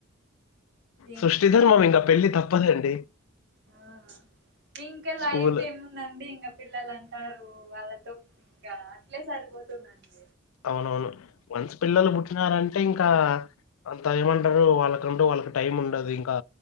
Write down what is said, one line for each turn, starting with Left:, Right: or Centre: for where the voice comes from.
Right: ఏందండి
Left: సృష్టి ధర్మం
Right: ఏదో
Left: ఇంకా
Right: చెప్ప
Left: పెళ్లి తప్పదండి.
Right: ఆ ఇంకా లైఫ్
Left: స్కూల్
Right: ఎమ్ నండి ఇంకా పిల్లలు అంటారు వాళ్ళతో ఇంకా అట్లే సరిపోతుందండి
Left: అవునవును వన్స్ పిల్లలు పుట్టినారంటే ఇంకా అంత ఏమంటారు వాళ్ళకంటూ వాళ్ళకి టైం ఉండదు ఇంకా